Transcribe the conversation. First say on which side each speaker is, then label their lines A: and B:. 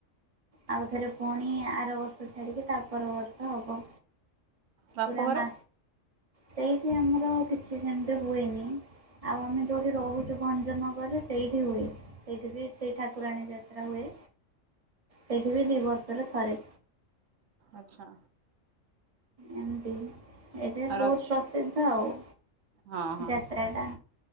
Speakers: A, on the right; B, on the right.
A: ଆଉଥରେ ପୁଣି ଆର ବର୍ଷ ଛାଡ଼ିକି ତା ପର ବର୍ଷ ହବ।
B: ବାପ
A: ପୁରା
B: ଘରେ
A: ମା ସେଇଠି ଆମର କିଛି ସେମତି ହୁଏନି। ଆଉ ଆମେ ଯୋଉଠି ରହୁଚି ଭଞ୍ଜନଗରରେ ସେଇଠି ହୁଏ। ସେଇଠି ବି ସେଇ ଠାକୁରାଣୀ ଯାତ୍ରା ହୁଏ। ସେଇଠି ବି ଦି ବର୍ଷରେ ଥରେ
B: ଆଚ୍ଛା।
A: ଏମତି ଏଇଠି
B: ଆଉ ରଜ
A: ବୋହୁତ ପ୍ରସିଦ୍ଧ ଆଉ।
B: ହଁ ହଁ
A: ଯାତ୍ରାଟା।